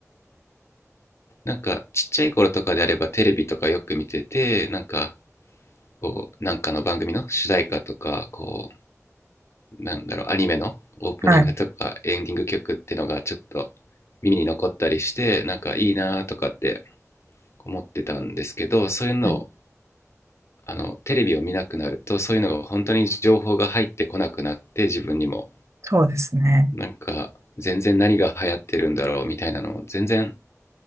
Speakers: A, on the left (about 55°); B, on the right (about 60°).
A: なんかちっちゃい頃とかであればテレビとかよく見てて、なんかこう、なんかの番組の主題歌とか、こう、なんだろう、アニメのオープニングとかエンディング曲ってのがちょっと
B: はい。
A: 耳に残ったりして、なんかいいなとかって思ってたんですけど、そういうのを
B: はい
A: あのテレビを見なくなるとそういうのが本当に情報が入ってこなくなって自分にも
B: そうですね。
A: なんか全然何が流行ってるんだろうみたいなのを全然